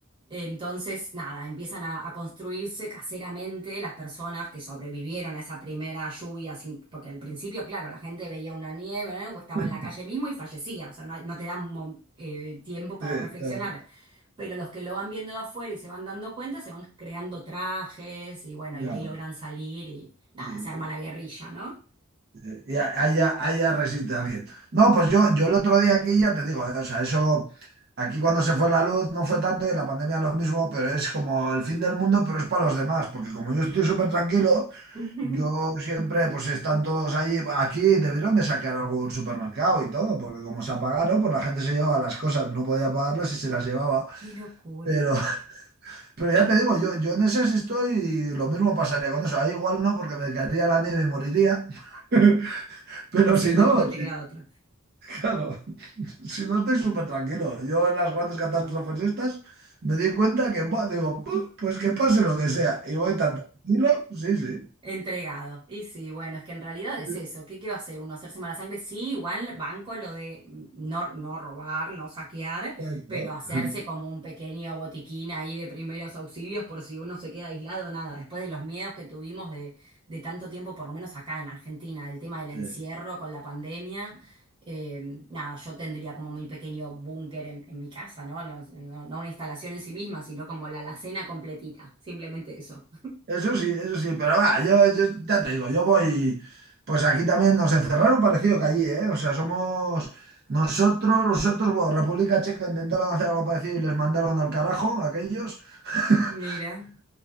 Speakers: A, on the right (about 25°); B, on the right (about 50°).
A: Entonces, nada, empiezan a, a construirse caseramente las personas que sobrevivieron a esa primera lluvia, sin- porque al principio, claro, la gente veía una nieve, ¿no? o estaba
B: <laughs>
A: en la calle mismo y fallecía, o sea, no, hay- no te dan mo- eh, tiempo para
B: sí,
A: reflexionar.
B: te-
A: Pero los que lo van viendo de afuera y se van dando cuenta, se van creando trajes y bueno,
B: ya,
A: y ahí logran salir y nada,
B: y-
A: se arma la guerrilla, ¿no?
B: eh, y a- haya, haya resiste alguien. No, pues yo, yo el otro día aquí ya te digo, eh, o sea, eso, aquí cuando se fue la luz no fue tanto y en la pandemia lo mismo, pero es como el fin del mundo, pero es para los demás, porque como yo estoy súper tranquilo,
A: <laughs>
B: yo siempre, pues están todos allí, aquí debieron de sacar algún supermercado y todo, porque como se apagaron, pues la gente se llevaba las cosas, no podía pagarlas y se las llevaba.
A: Qué locura.
B: Pero, <laughs> pero ya te digo, yo, yo en esas estoy y lo mismo pasaría con eso. Ahí igual no, porque me caería la nieve y moriría. <laughs> Pero
A: Sí,
B: si no,
A: no, no te
B: si-
A: queda otra.
B: claro, si no estoy súper tranquilo. Yo en las grandes catástrofes estas me di cuenta que, buah, digo, "Pu, pues que pase lo que sea. Y voy tan tranquilo, sí, sí.
A: Entregado. Y sí, bueno, es que en realidad es
B: Sí,
A: eso. ¿Qué, qué va a hacer uno? ¿Hacerse mala sangre? Sí, igual banco lo de mm, no, no robar, no saquear,
B: eso.
A: pero hacerse
B: <laughs>
A: como un pequeño botiquín ahí de primeros auxilios por si uno se queda aislado, nada. Después de los miedos que tuvimos de, de tanto tiempo, por lo menos acá en Argentina, el tema del
B: Sí,
A: encierro con la pandemia,
B: sí.
A: eh, nada, yo tendría como mi pequeño búnker en, en mi casa, ¿no? No, no no una instalación en sí misma, sino como la alacena completita. Simplemente eso.
B: Eso sí, eso sí, pero va, yo, yo ya te digo, yo voy, pues aquí también nos encerraron parecido que allí, ¿eh? O sea, somos nosotros, nosotros, bueno, República Checa intentaron hacer algo parecido y les mandaron al carajo a aquellos. <laughs>
A: Mira.